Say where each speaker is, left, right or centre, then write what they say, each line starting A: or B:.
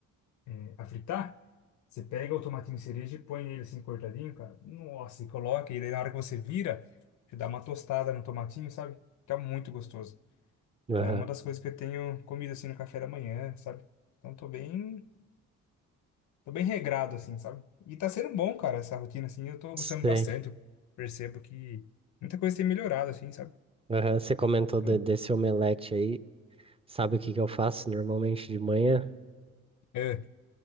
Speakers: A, on the left; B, on the right.
A: é, a fritar, você pega o tomatinho cereja e põe ele assim cortadinho, cara. Nossa, e coloca. E daí na hora que você vira, você dá uma tostada no tomatinho, sabe? Fica muito gostoso.
B: Aham,
A: tá é uma das coisas que eu tenho comido assim no café da manhã, sabe? Então tô bem, tô bem regrado assim, sabe? E tá sendo bom, cara, essa rotina assim. Eu tô
B: sei.
A: gostando bastante. Eu percebo que muita coisa tem melhorado assim, sabe?
B: Aham, você comentou
A: Então,
B: de- desse omelete aí. Sabe o que que eu faço normalmente de manhã?
A: É,